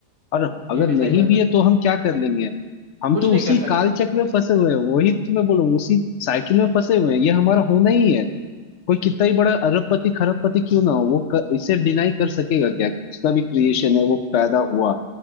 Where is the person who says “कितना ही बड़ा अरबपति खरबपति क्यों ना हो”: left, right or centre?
Left